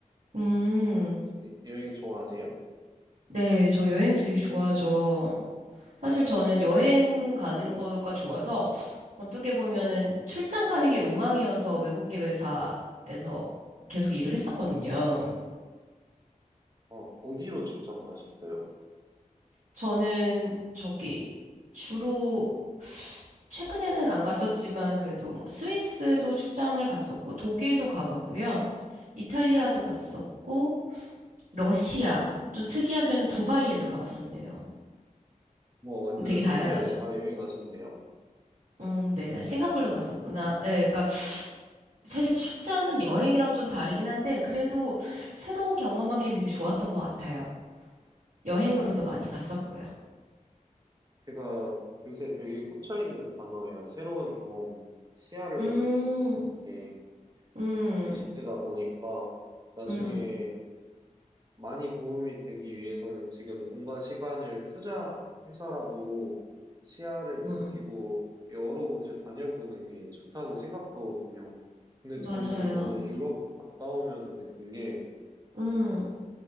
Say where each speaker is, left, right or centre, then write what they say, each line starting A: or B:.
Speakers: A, on the right; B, on the right.
A: 음,
B: 혹시 여행 좋아하세요?
A: 네, 저 여행 되게 좋아하죠. 사실 저는 여행 가는 거가 좋아서 어떻게 보면은 출장 가는 게 로망이어서 외국 계회사에서 계속 일을 했었거든요.
B: 어, 어디로 출장 가셨어요?
A: 저는 저기 주로 최근에는 안 갔었지만 그래도 뭐 스위스도 출장을 갔었고 독일도 가봤고요. 이탈리아도 갔었고 러시아 좀 특이하게는 두바이에도 가봤었네요.
B: 뭐 완전
A: 되게
B: 세계를
A: 다양하죠.
B: 다 여행하셨네요.
A: 음, 네. 싱가포르도 갔었구나. 예, 그러니까 사실 출장은 여행이랑 좀 다르긴 한데 그래도 새로운 경험하기엔 되게 좋았던 것 같아요. 여행으로도 많이 갔었고요.
B: 제가 요새 되게 꽂혀있는 단어예요. 새로운 경험, 시야를
A: 음,
B: 넓히는 게
A: 음,
B: 제가 20대다 보니까 나중에
A: 음,
B: 많이 도움이 되기 위해서는 지금 돈과 시간을 투자해서라도 시야를 넓히고
A: 음.
B: 여러 곳을 다녀보는 게 좋다고 생각하거든요. 근데
A: 맞아요.
B: 저는 이번에 유럽 갔다 오면서 느낀 게,
A: 음,